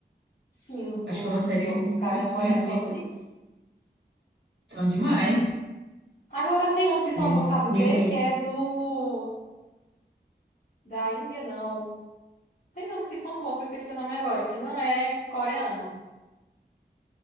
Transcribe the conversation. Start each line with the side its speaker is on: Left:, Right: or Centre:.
Left: Sim, os,
Right: Acho
Left: os,
Right: que é uma série
Left: os
Right: muito
Left: caras coreanos
Right: bem feita.
Left: são bonitos.
Right: São demais,
Left: Agora tem uns que são
Right: série.
Left: bons, sabe o
Right: Meu
Left: quê?
Right: Deus.
Left: Que é do da Índia, não. Tem uns que são bons, que eu esqueci o nome agora, que não é coreano.